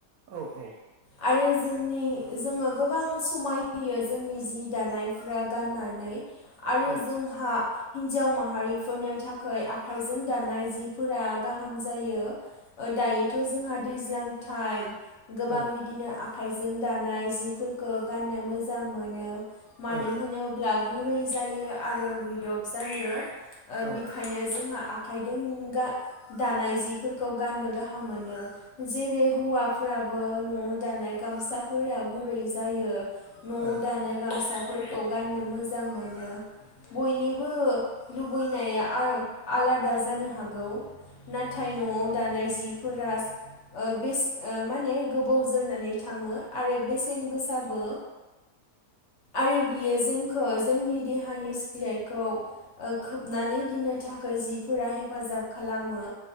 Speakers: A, on the right (about 70°); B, on the left (about 60°).
A: औ औ
B: आरो जोंनि जोङो गोबां समाय होयो जोंनि जि दानाय फ्रा गाननानै आरो
A: औ
B: जोंहा हिन्जाव माहारिफोरनि थाखाय आखाइजों दानाय फोरा गाहाम जायो। दायोथ' जोंहा दैज्लां फाइ गोबां
A: औ
B: बिदिनो आं आखाइजों दानाय जिफोरखौ गाननो मोजां मोनो। मानो
A: औ
B: होनोब्ला गुरै जायो आरो रिदब जायो। ओ
A: औ
B: बेखायनो जोंहा आ आखाइजों गा दानाय जिफोरखौ गाननो गाहाम मोनो। जेरे होवाफ फोराबो न'आव दानाय गामसाफोरा गुरै जायो।
A: औ
B: न' आव दानाय गामसा फोरखौ गाननो मोजां मोनो बयनिबो लुबैनाया आ आलादा जानो हागौ नाथाय न'आव दानाय जिफोरा बेसे ओ बेसे मा होनो गोबाव जोरनानै थाङो आरो बेसेन गोसाबो आरो बियो जोखौ जोंनि देहानि सोलेरखौ ओ खोबनानै दोननो थाखा गोजिब फोरा हेफाजाब खालामो